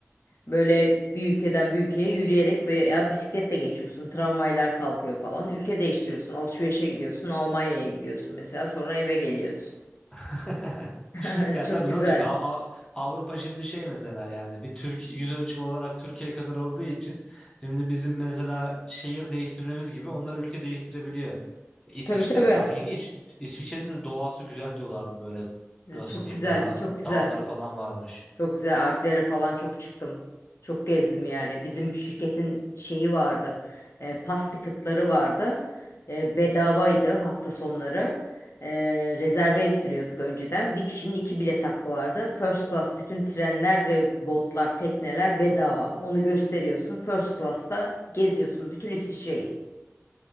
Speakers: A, on the left (about 60°); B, on the left (about 15°).
A: Böyle bir ülkeden bir ülkeye yürüyerek veya bisikletle geçiyorsun. Tramvaylar kalkıyor falan. Ülke değiştiriyorsun. Alışverişe gidiyorsun. Almanya'ya gidiyorsun mesela. Sonra eve geliyorsun.
B: <laughs>
A: <laughs>
B: Ya
A: Çok
B: tabii
A: güzel.
B: ne olacak? Av- Av- Avrupa şimdi şey mesela yani bir Türkiye yüz ölçümü olarak Türkiye kadar olduğu için şimdi bizim mesela şehir değiştirmemiz gibi onlar ülke değiştirebiliyor. İsviçre
A: Tabii tabii.
B: yani ilginç. İsviçre'nin de doğası güzel diyorlardı böyle nasıl
A: Çok
B: diyeyim
A: güzel.
B: sana
A: Çok güzel.
B: dağları falan varmış.
A: Çok güzel Alplere falan çok çıktım. Çok gezdim yani. Bizim şirketin şeyi vardı. E, pas ticket'ları vardı. E, bedavaydı hafta sonları. E, rezerve ettiriyorduk önceden. Bir kişinin iki bilet hakkı vardı. First class bütün trenler ve botlar, tekneler bedava. Onu gösteriyorsun. First class'ta geziyorsun bütün İsviçre'yi.